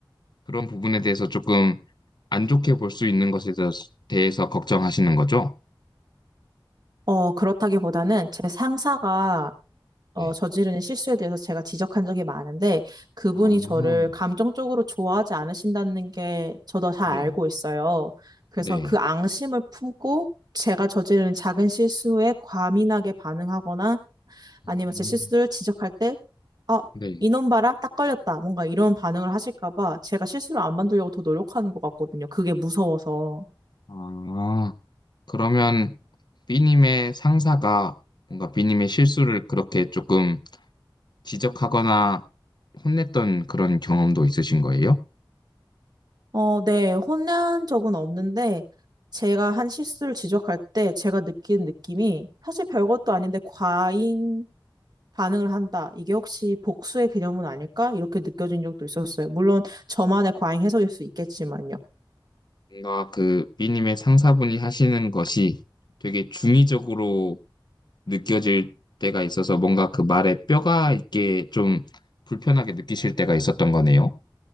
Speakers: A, on the left; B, on the right.
A: 그런 부분에 대해서 조금 안 좋게 볼 수 있는 것에 대해서 대해서 걱정하시는 거죠?
B: 어, 그렇다기보다는 제 상사가 어,
A: 네.
B: 저지르는 실수에 대해서 제가 지적한 적이 많은데 그분이
A: 아,
B: 저를 감정적으로 좋아하지 않으신다는 게 저도 잘
A: 네.
B: 알고 있어요. 그래서
A: 네.
B: 그 앙심을 품고 제가 저지르는 작은 실수에 과민하게 반응하거나
A: 음,
B: 아니면 제 실수를 지적할 때 어
A: 네.
B: 이놈 봐라, 딱 걸렸다. 뭔가 이런 반응을 하실까 봐 제가 실수를 안 만들려고 더 노력하는 것 같거든요. 그게 무서워서.
A: 아, 그러면 B님의 상사가 뭔가 B님의 실수를 그렇게 조금 지적하거나 혼냈던 그런 경험도 있으신 거예요?
B: 어, 네, 혼난 적은 없는데, 제가 한 실수를 지적할 때 제가 느끼는 느낌이 사실 별것도 아닌데 과잉 반응을 한다. 이게 혹시 복수의 개념은 아닐까? 이렇게 느껴진 적도 있었어요. 물론 저만의 과잉 해석일 수 있겠지만요.
A: 뭔가 그 B님의 상사분이 하시는 것이 되게 중의적으로 느껴질 때가 있어서 뭔가 그 말에 뼈가 있게 좀 불편하게 느끼실 때가 있었던 거네요.